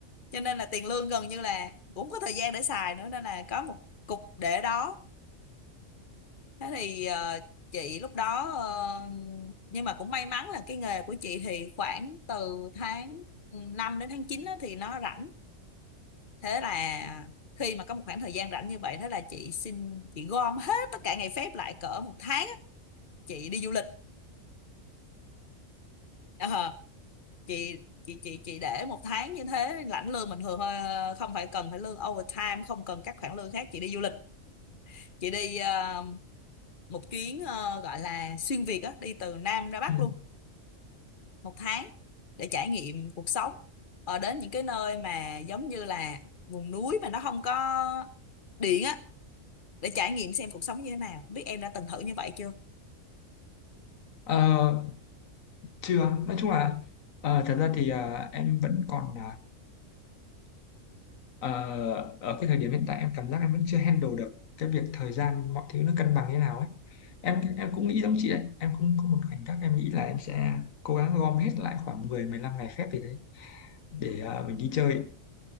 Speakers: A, on the left (about 40°); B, on the left (about 80°).
A: cho nên là tiền lương gần như là cũng có thời gian để xài nữa nên là có một cục để đó thế thì ờ, chị lúc đó ờ, nhưng mà cũng may mắn là cái nghề của chị thì khoảng từ tháng năm đến tháng 9 á thì nó rảnh thế là khi mà có một khoảng thời gian rảnh như vậy thế là chị xin chị gom hết tất cả ngày phép lại cỡ một tháng á, chị đi du lịch Ờ, chị chị chị chị để một tháng như thế lãnh lương bình thường thôi không phải cần phải lương overtime không cần các khoản lương khác chị đi du lịch chị đi ờ, một chuyến ờ, gọi là xuyên Việt á đi từ Nam ra Bắc
B: Ừ.
A: luôn một tháng để trải nghiệm cuộc sống ở đến những cái nơi mà giống như là vùng núi mà nó không có điện á để trải nghiệm xem cuộc sống như thế nào biết em đã từng thử như vậy chưa
B: Ờ, chưa, nói chung là ờ, thật ra thì ờ, em vẫn còn ờ, ờ, ở cái thời điểm hiện tại em cảm giác em vẫn chưa handle được cái việc thời gian mọi thứ nó cân bằng như nào ấy. Em em cũng nghĩ giống chị đấy, em cũng có một khoảnh khắc em nghĩ là em sẽ cố gắng gom hết lại khoảng mười mười lăm ngày phép gì đấy để ờ, mình đi chơi.